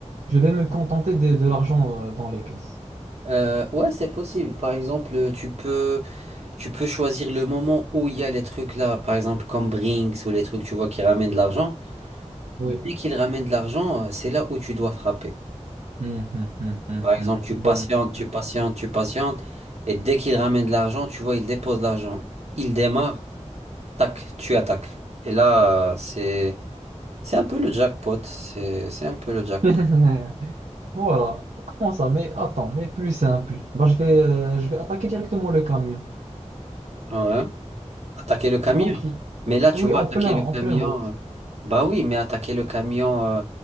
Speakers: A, on the right; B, on the right.
A: Je vais me contenter de, de l'argent euh, dans les caisses.
B: Euh, ouais, c'est possible. Par exemple, tu peux, tu peux choisir le moment où il y a les trucs là, par exemple comme Brinks ou les trucs, tu vois, qui ramènent de l'argent.
A: Oui.
B: Dès qu'ils ramènent de l'argent, euh, c'est là où tu dois frapper.
A: Hum, hum, hum, hum,
B: Par exemple,
A: hum.
B: tu
A: Bonne.
B: patientes, tu
A: hum.
B: patientes, tu patientes, et dès qu'il ramène de l'argent, tu vois, il dépose l'argent. Il démarre, tac, tu attaques. Et là, euh, c'est c'est un peu le jackpot. C'est c'est un peu le jackpot.
A: <laughs> Voilà. Comment ça? Mais attends, mais plus simple. Bah, je vais, euh, je vais attaquer directement le camion.
B: Ouais. Attaquer le camion.
A: Avant qui?
B: Mais là, tu
A: Oui,
B: vois,
A: en
B: attaquer
A: plein,
B: le
A: en
B: camion.
A: pleine route.
B: euh, Bah oui, mais attaquer le camion, euh,